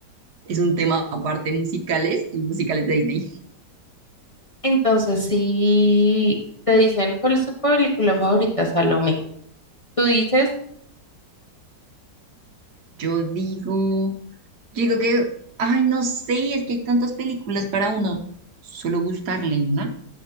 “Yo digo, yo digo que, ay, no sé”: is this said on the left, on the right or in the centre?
Right